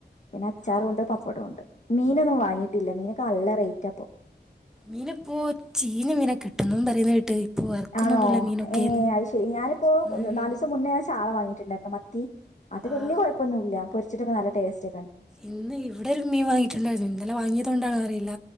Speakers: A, on the left; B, in the centre.
A: പിന്നെ അച്ചാറൂണ്ട്
B: ഓഹ്
A: പപ്പടോം ഇണ്ട് മീനൊന്നും വാങ്ങിയിട്ടില്ല മീനൊക്കെ നല്ല റേറ്റ് ഇപ്പൊ
B: മീന് ഇപ്പോ ചീഞ്ഞ മീനാ കിട്ടുന്നൂന്ന് പറയുന്ന കേട്ട്. ഇപ്പോ ഇറക്കുന്നൊന്നുല്ല
A: ആണോ
B: മീനൊക്കെന്ന്
A: ഏ അയ് ശരി ഞാനിപ്പോ
B: ഉം
A: നാല് ദിവസം മുന്നേ ഞാൻ ചാള വാങ്ങി ട്ട്ണ്ടായിരുന്നു മത്തി അത്
B: ആഹ്
A: വെല്ല്യ കൊഴപ്പൊന്നും ഇല്ല പൊരിച്ചിട്ടൊക്കെ നല്ല ടേസ്റ്റാ
B: ഇന്ന് ഇവിടെ ഒരു മീൻ വാങ്ങിട്ടുണ്ടായിരുന്നു ഇന്നലെ വാങ്ങിയ അതുകൊണ്ടാണോന്ന് അറിയില്ല